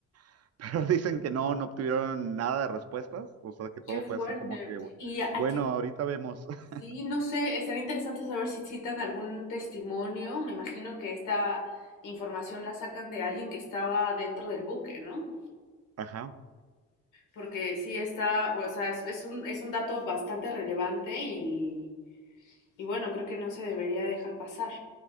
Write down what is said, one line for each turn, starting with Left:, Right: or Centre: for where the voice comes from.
Right: <laughs> Pero dicen que no, no obtuvieron nada de respuestas, o sea, que todo
Left: Qué fuerte.
Right: fue así como que,
Left: Y a,
Right: bueno,
Left: a
Right: ahorita vemos, <laughs>
Left: sí, no sé, estaría interesante saber si citan algún testimonio. Me imagino que esta información la sacan de alguien que estaba dentro del buque, ¿no?
Right: ajá.
Left: Porque sí está, o sea, es, es un, es un dato bastante relevante y, y bueno, creo que no se debería dejar pasar.